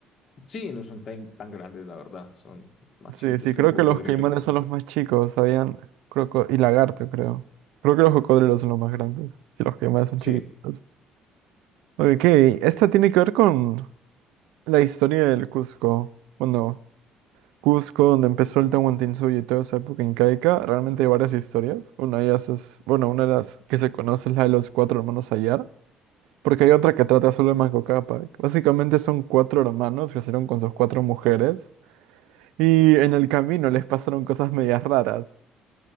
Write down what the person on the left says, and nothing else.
Sí, no son tan, tan grandes, la verdad, son más chiquitos
que
un cocodrilo,
por ejemplo.
Sí,
sí, sí, sí.